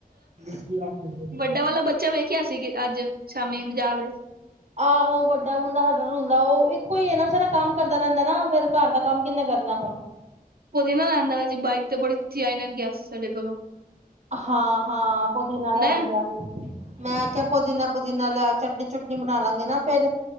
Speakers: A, on the right; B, on the right.
A: <unintelligible>
B: ਡ ਵਾਲਾ ਬੱਚ ਚਾ ਵੇਖਿਆ ਸੀ ਅੱਜ ਸ਼ਾਮੀ ਬਾਜ਼ਾਰ ਵਿੱਚ।
A: ਆਹੋ ਵੱਡਾ ਮੁੰਡਾ ਸਾਡਾ ਰੁਲਦਾ ਓ ਇੱਕੋ ਈ ਏ ਨਾ, ਸਾਰਾ ਕੰਮ ਕਰਦਾ ਰੈਂਦਾ ਨਾ ਫੇਰ ਘਰ ਦਾ ਕੰਮ ਕਿੰਨੇ ਕਰਨਾ ਹੁਣ।
B: ਪੁਦੀਨਾ ਲੈਂਦਾ ਪਿਆ ਸੀ, ਬਾਈਕ ਤੇ ਬੜੀ <unintelligible> ਤ ਨਾਲ ਗਿਆ ਸੀ ਸਾਡੇ ਕੋਲੋ।
A: ਹਾਂ, ਹਾਂ ਪੋਦਿਨਾ ਲੈਣ
B: ਹੈ
A: ਗਿਆ ਹੀ। ਮੈਂ ਕਿਆ ਪੁਦੀਨਾ-ਪੁਦੀਨਾ ਲੈ ਚਟਨੀ-ਚੁਟਨੀ ਬਣਾ ਲਾਂਗੇ ਨਾ ਫੇਰ।